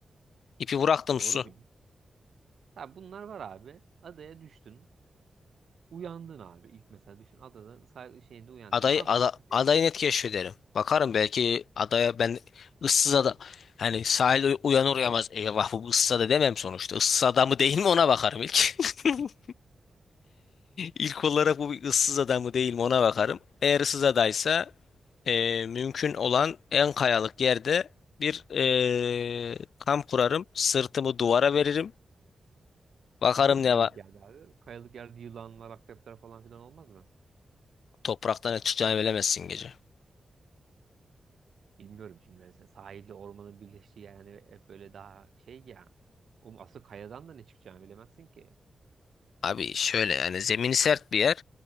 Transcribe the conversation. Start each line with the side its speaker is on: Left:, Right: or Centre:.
Left: İpi bıraktım
Right: Doğru
Left: su.
Right: bildim. Tabii bunlar var abi. Adaya düştün. Uyandın abi. İlk mesela düşün adada say- şeyinde uyandın.
Left: Adayı
Right: Ne yapıyorsun?
Left: ada,
Right: diye.
Left: adayı net keşfederim. Bakarım belki adaya ben ıssız ada hani sahil uyanır uyanmaz eyvah bu ıssız ada demem sonuçta. Issız ada mı değil mi ona bakarım ilk. <laughs> İlk olarak bu bir ıssız ada mı değil mi ona bakarım. Eğer ıssız adaysa e, mümkün olan en kayalık yerde bir e, kamp kurarım. Sırtımı duvara veririm. Bakarım
Right: Niye kayalık
Left: ne var.
Right: yerde abi? Kayalık yerde yılanlar, akrepler falan filan olmaz mı?
Left: Topraktan ne çıkacağını bilemezsin gece.
Right: Bilmiyorum şimdi mesela sahilde ormanın birleştiği yer hani hep böyle daha şey ya. Oğlum asıl kayadan da ne çıkacağını bilemezsin ki.
Left: Abi şöyle yani zemini sert bir yer.